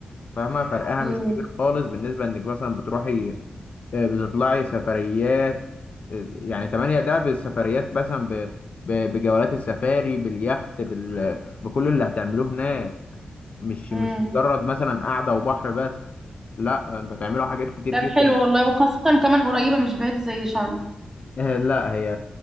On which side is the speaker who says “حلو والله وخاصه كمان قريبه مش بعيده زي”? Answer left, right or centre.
Right